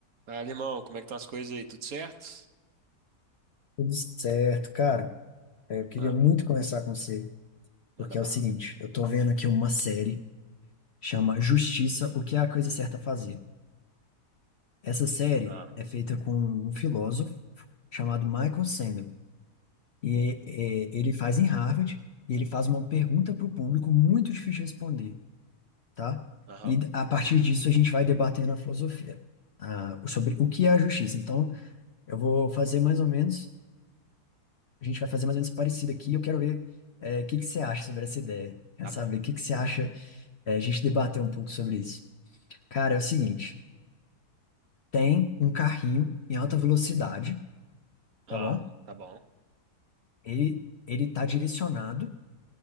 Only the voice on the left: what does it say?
Tudo certo, cara. É, Eu queria
muito conversar com você,
porque
é o seguinte, eu tô vendo aqui uma série chama Justiça, o que é a coisa certa a fazer. Essa série
é feita com um filósofo chamado Michael Sandel, e é, ele faz em Harvard, e ele faz uma pergunta para o público muito difícil de responder, tá?
E a partir disso a gente vai debatendo a filosofia, ah, sobre o que é a justiça. Então, eu vou fazer mais ou menos A gente vai fazer mais ou menos parecido aqui. Eu quero ver é, o que que você acha sobre essa ideia. Quero
saber
o que que você acha, é, a gente debater um pouco sobre isso. Cara, é o seguinte, tem um carrinho em alta velocidade,
tá bom?
Ele ele tá direcionado